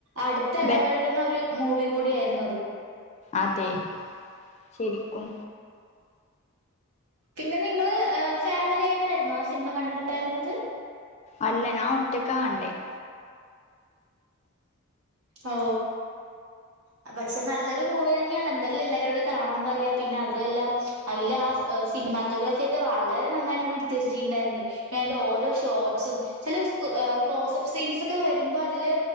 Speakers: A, on the right (about 85°); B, on the left (about 30°).
A: അടുത്ത ഇടപഴകുന്ന
B: ബെ
A: ഒരു മൂവി കൂടി ആയിരുന്നു. അത്.
B: അതെ ശരിക്കും.
A: പിന്നെ നിങ്ങളള് ഫാമിലി ആയിട്ടായിരുന്നോ ആ സിനിമ കണ്ടിട്ടുണ്ടായിരുന്നത്.
B: അല്ല ഞാൻ ഒറ്റക്ക കണ്ടത്.
A: ഓ അ പക്ഷെ നല്ലൊരു മൂവി തന്നെയാണ് എന്തായല്ലും എല്ലാരോട് കാണാപറയാ പിന്നെ അതു വല്ല അയിലാ സിനിമാറ്റോഗ്രാഫി ഒക്കെ വളരെ നന്നായിട്ടാണ് <unintelligible> ണ്ടായിണ്ട് പിന്ന അതിന്റെ ഓരോ ഷോർട്സും ചില കേ ആ ക്ലോസ്പ്പ് സീൻസ് ഒക്കെ വരുമ്പോൾ അതില്